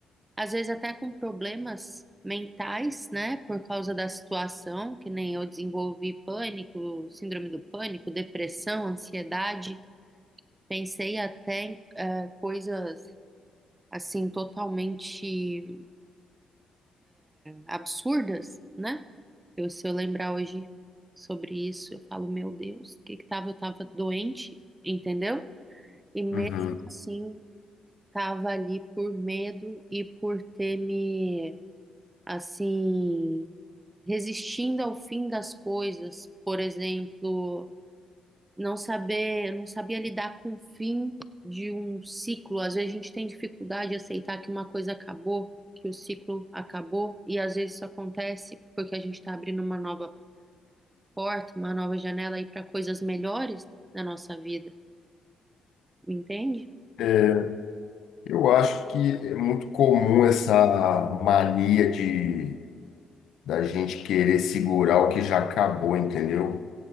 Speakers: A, on the right; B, on the left.
A: às vezes até com problemas mentais, né, por causa da situação, que nem eu desenvolvi pânico, síndrome do pânico, depressão, ansiedade. Pensei até em eh, coisas assim totalmente absurdas, né? Eu, se eu lembrar hoje sobre isso, eu falo, meu Deus, o que que tava? Eu tava doente, entendeu? E mesmo
B: uhum.
A: assim, tava ali por medo e por ter me, assim, resistindo ao fim das coisas, por exemplo, não saber, não sabia lidar com o fim de um ciclo. Às vezes a gente tem dificuldade de aceitar que uma coisa acabou, que o ciclo acabou, e às vezes isso acontece porque a gente está abrindo uma nova porta, uma nova janela aí para coisas melhores na nossa vida, entende?
B: É, eu acho que é muito comum essa mania de da gente querer segurar o que já acabou, entendeu?